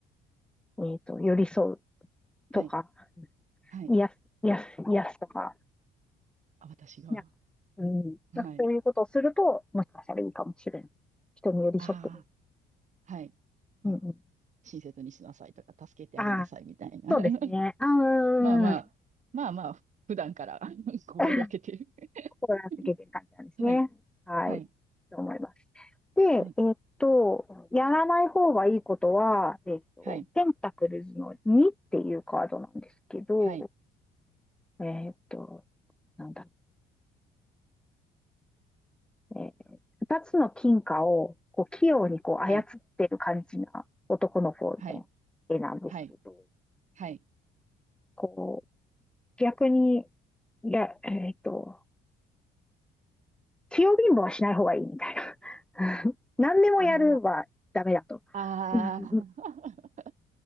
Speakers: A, in the centre; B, on the right.
A: えーと、寄り添う
B: はい。
A: とか、
B: はい。
A: 癒す、癒す、癒すとか、
B: あ、私が。
A: なんか、うん、
B: はい。
A: なんかそういうことをすると、もしかしたらいいかもしれない。人に寄り添ってみる。
B: ああ、はい。まあ、
A: うんうん、
B: 親切にしなさいとか、助けてあげなさいみたいな。
A: ああ、そうですね。
B: <laughs>
A: あ
B: まあまあ、
A: ー
B: まあまあ、普段から <laughs> 心がけてる。
A: うん。心がけてる感じなんですね。
B: <laughs> はい。
A: はい。
B: はい。
A: と思います。で、
B: はい。
A: えっと、やらない方がいいことは、えっと、
B: はい。
A: ペンタクルズの2っていうカードなんですけど、
B: はい。
A: えっと、なんだ、えー、2つの金貨をこう器用にこう操ってる感じな男の方の絵なんですけど、
B: はい。はい。はい。はい。
A: こう、逆に、いや、えっと、器用貧乏はしない方がいいみたいな。<laughs> 何でもやるはダメだと。
B: ああ、ああ、
A: うん